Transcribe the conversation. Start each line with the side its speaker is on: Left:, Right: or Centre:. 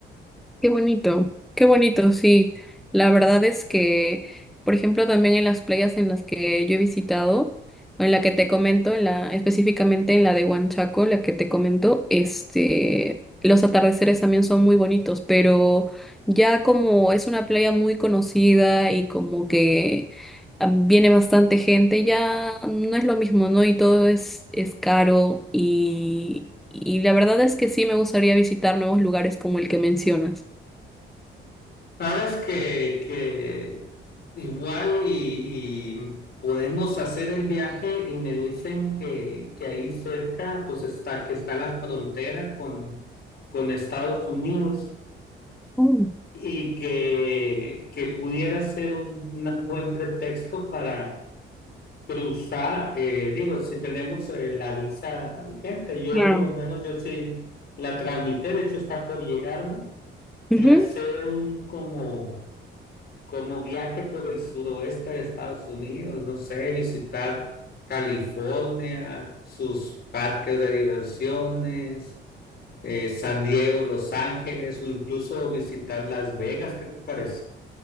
Centre: Qué bonito, qué bonito, sí. La verdad es que, por ejemplo, también en las playas en las que yo he visitado, o en la que te comento, en la, específicamente en la de Huanchaco, la que te comento, este, los atardeceres también son muy bonitos, pero ya como es una playa muy conocida y como que ah, viene bastante gente, ya no es lo mismo, ¿no? Y todo es, es caro y, y la verdad es que sí me gustaría visitar nuevos lugares como el que mencionas.
Left: Sabes que, que igual y, y podemos hacer el viaje y me dicen que, que ahí cerca pues está, que está la frontera con, con Estados Unidos
Centre: Mm,
Left: y que, que pudiera ser un, un buen pretexto para cruzar, eh, digo, si tenemos eh, la visa vigente, yo
Centre: Claro.
Left: por lo menos yo sí la transmití, de hecho está por llegarme, y
Centre: Ujú.
Left: hacer un como, como viaje por el suroeste de Estados Unidos, no sé, visitar California, sus parques de diversiones, eh, San Diego, Los Ángeles, o incluso visitar Las Vegas, ¿qué te parece?